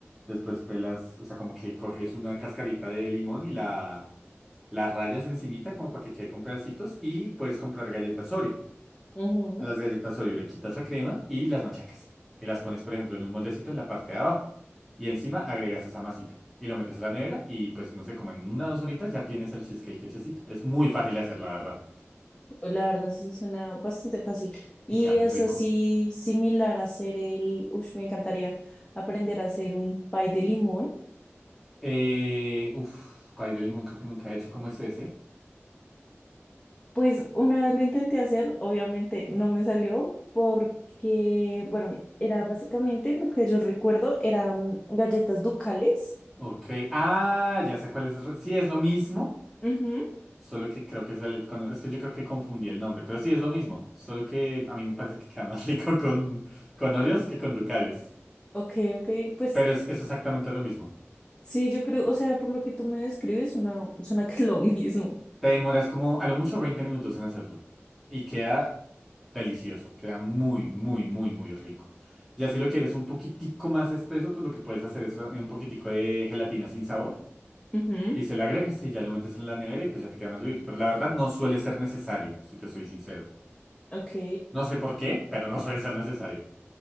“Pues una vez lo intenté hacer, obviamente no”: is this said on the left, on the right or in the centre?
Left